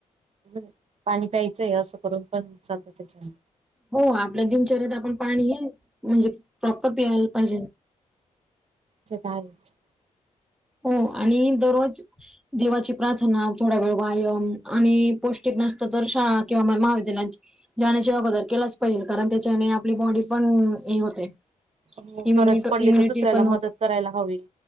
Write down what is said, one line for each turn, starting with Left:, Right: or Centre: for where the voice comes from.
Right: <inaudible> पाणी प्यायचंय असं करून पण चालतं त्याच्याने.
Centre: हो आपल्या दिनचर्याेत आपण पाणी हे म्हणजे प्रॉपर पियायला पाहिजे.
Right: सतावीस.
Centre: हो आणि दररोज देवाची प्रार्थना थोडा वेळ व्यायाम आणि पौष्टिक नाश्ता तर शाळा किंवा मला महाविद्यालयात. जण्याशिवाय गदर केलाच पाहिजे कारण त्याच्याने आपली बॉडी पण हे होते.
Right: होतगरज
Centre: इम्युनिट
Right: पडली
Centre: इम्युनिटी
Right: तर दुसऱ्याला
Centre: पण होते.
Right: मदत करायला हवी.